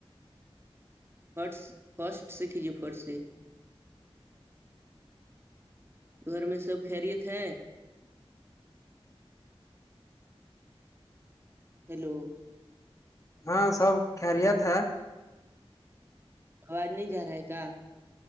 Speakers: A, on the right (about 25°); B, on the left (about 30°).
A: فرس فاسٹ سھھیجے فرٹ سے گھر میں سب خیریت ہے ہیلو
B: ہاں سب خریت ہے
A: آواز نہیں جا رہا ہے کیا